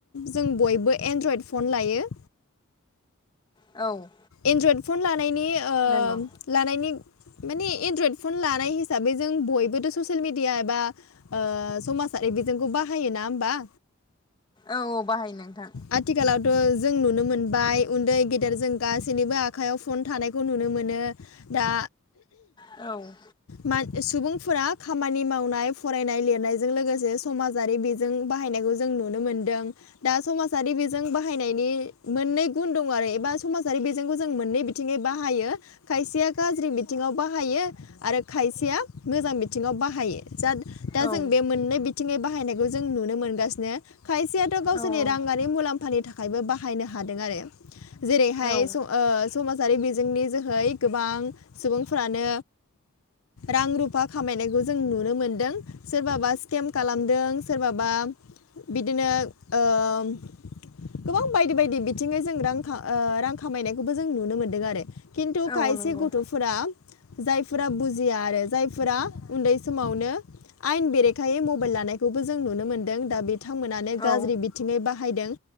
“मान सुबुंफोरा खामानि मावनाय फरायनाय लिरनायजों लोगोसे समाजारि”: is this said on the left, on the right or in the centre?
Left